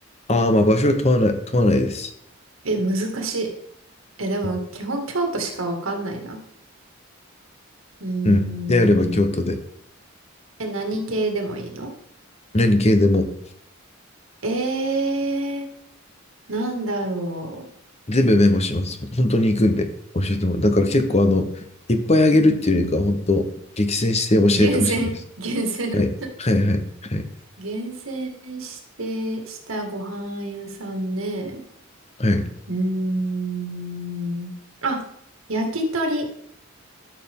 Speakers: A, on the left; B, on the right.
A: ああ、まあ場所は問わない、問わないです。
B: え、難しい。え、でも、
A: うん。
B: 基本京都しかわかんないな。うーん。
A: うんであれば京都で、
B: え、何系でもいいの
A: 何系でも、
B: えー、なんだろ
A: 全部メモします。本当に行くんで、教えてもらう。だから結構、あの、いっぱいあげるっていうよりかは、本当、激戦して教えてほしいです。
B: う。厳選、<laughs> 厳選。
A: はい。はい、はい、はい。
B: 厳選して、したご飯屋さんね。
A: はい。
B: うーん。あ、焼き鳥